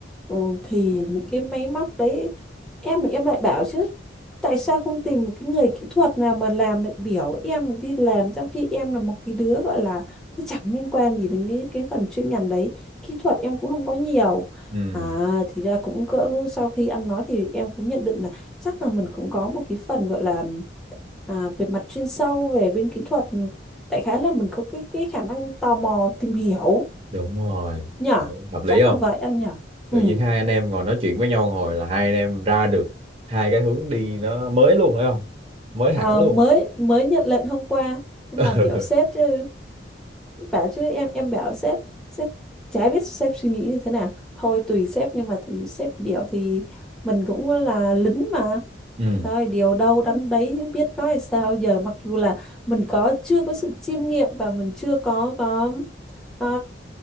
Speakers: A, in the centre; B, on the right (about 30°).
A: Ừ, thì những cái máy móc đấy em thì em lại bảo chứ tại sao không tìm một cái người kỹ thuật nào mà làm lại biểu em đi làm trong khi em là một cái đứa gọi là nó chẳng liên quan gì đến cái cái phần chuyên ngành đấy kỹ thuật em cũng không có nhiều
B: ừ
A: à thì ra cũng cỡ sau khi ăn nói thì em cũng nhận định là chắc là mình cũng có một cái phần gọi là à, về mặt chuyên sâu về bên kỹ thuật đại khái là mình có cái cái khả năng tò mò tìm hiểu
B: đúng rồi
A: nhở
B: Đấy, hợp lý
A: chắc
B: không
A: là vậy anh nhở
B: tự
A: ừ
B: nhiên hai anh em ngồi nói chuyện với nhau hồi là hai anh em ra được hai cái hướng đi nó mới luôn phải không mới hẳn
A: à,
B: luôn
A: mới mới nhận lệnh hôm qua mà
B: <laughs>
A: biểu sếp chứ bảo chứ em em bảo sếp sếp chả biết sếp suy nghĩ như thế nào thôi tùy sếp nhưng mà tùy sếp biểu thì mình cũng là lính mà
B: ừ
A: rồi điều đâu đánh đấy chứ biết nói sao giờ mặc dù là mình có chưa có sự chiêm nghiệm và mình chưa có có ờ,